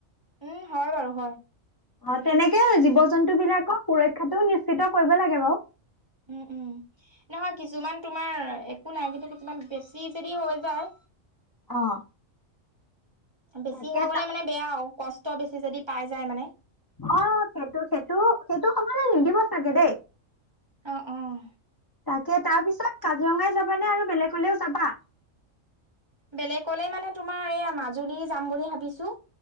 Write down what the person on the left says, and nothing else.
অ', তেনেকে জীৱ জন্তুবিলাকক সুৰক্ষাটো নিশ্চিত কৰিব লাগে বাৰু।
অ'।
তাকে
তা
অ', সেইটো সেইটো সেইটো সময়লে নিদিব চাগে দেই।
তাকে তাৰ পিছত কাজিৰঙাই যাবানে আৰু বেলেগলেওঁ যাবা।